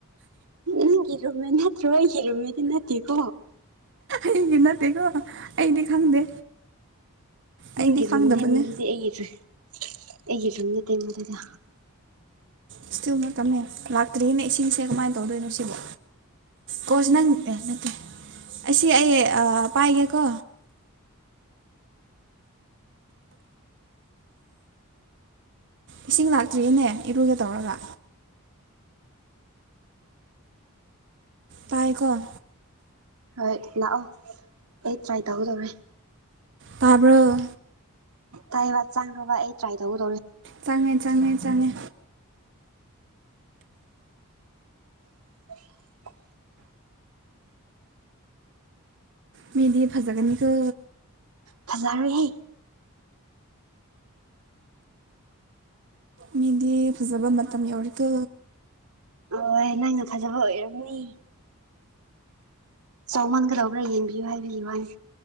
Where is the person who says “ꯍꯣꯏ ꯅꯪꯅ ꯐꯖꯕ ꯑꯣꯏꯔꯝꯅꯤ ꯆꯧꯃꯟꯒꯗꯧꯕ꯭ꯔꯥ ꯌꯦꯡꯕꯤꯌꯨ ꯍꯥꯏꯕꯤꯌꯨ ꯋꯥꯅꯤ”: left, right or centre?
Right